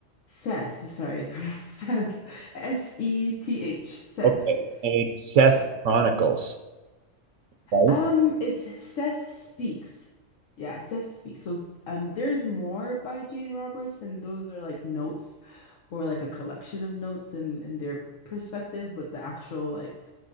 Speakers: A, on the left (about 80°); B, on the right (about 75°).
A: Seth, sorry, <laughs> Seth, S-E-T-H, Seth.
B: Okay. And it's Seth
A: Yeah.
B: Chronicles, right?
A: Um, it's Seth Speaks. Yeah, Seth Speaks. So um, there's more by Jane Roberts, and those are like notes or like a collection of notes and in, in their perspective, but the actual like